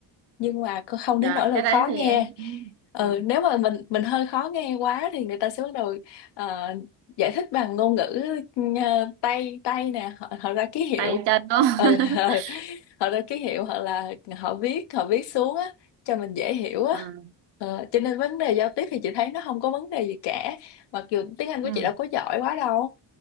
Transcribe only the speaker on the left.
nhưng mà cô không
đến nỗi là
khó
nghe
ừ,
nếu mà mình mình hơi khó nghe quá thì người ta sẽ bắt đầu ờ, giải thích bằng ngôn ngữ ờ, tay tay nè họ, họ ra ký hiệu
ừ, ừ. <laughs>
họ ra ký hiệu hoặc là họ viết họ viết xuống á cho mình dễ hiểu á
Ờ, cho nên vấn đề giao tiếp thì chị thấy nó không có vấn đề gì cả mặc dù tiếng Anh của
chị đâu có giỏi quá đâu